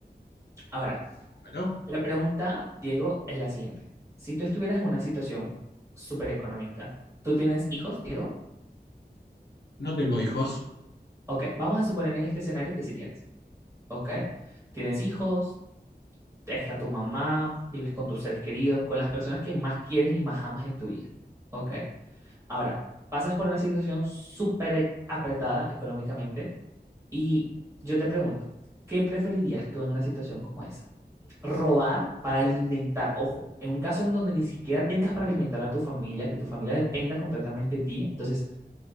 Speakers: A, on the right; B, on the left.
A: Ahora,
B: Bueno,
A: la pregunta, Diego, es la siguiente. Si tú estuvieras en una situación súper económica, ¿tú tienes hijos, Diego?
B: no tengo hijos.
A: Ok, vamos a suponer en este escenario que sí tienes, ¿ok? Tienes hijos, está tu mamá, vives con tus seres queridos, con las personas que más quieres y más amas en tu vida. Ok. Ahora, pasas por una situación súper apretada económicamente y yo te pregunto, ¿qué preferirías tú en una situación como esa? Robar para alimentar, ojo, en un caso en donde ni siquiera tengas para alimentar a tu familia, que tu familia dependa completamente de ti, entonces,